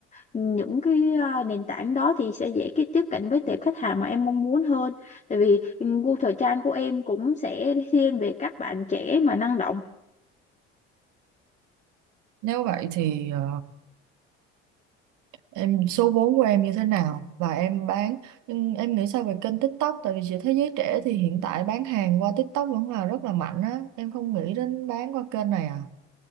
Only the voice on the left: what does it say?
những cái ờ, nền tảng đó thì sẽ dễ cái tiếp cận với tệp khách hàng mà em mong muốn hơn tại vì gu thời trang của em cũng sẽ thiên về các bạn trẻ mà năng động